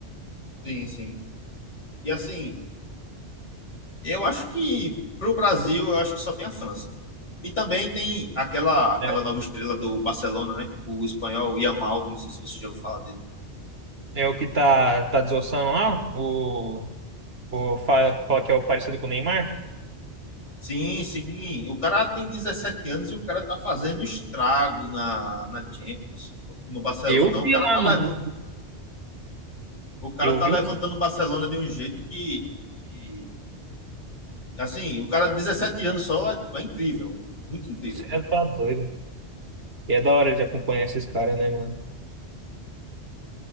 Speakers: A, on the left; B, on the right.
A: Sim, sim. E assim, Eu acho que pro Brasil, eu acho que só tem a França. E também tem aquela aquela
B: né?
A: nova estrela do Barcelona, né? O espanhol Yamal, não sei se você já ouviu falar dele.
B: É, o que tá, tá desossando lá, o, o fala, fala que é o parecido com o Neymar.
A: Sim, sim. O cara tem 17 anos e o cara tá fazendo estrago na, na Champions, no Barcelona.
B: Eu vi
A: O cara
B: lá,
A: tá levando,
B: mano.
A: o cara
B: Eu
A: tá
B: vi
A: levantando
B: um.
A: o Barcelona de um jeito que, que- assim, o cara de 17 anos só é, é incrível, muito incrível.
B: Você tá doido. E é da hora de acompanhar esses caras, né, mano?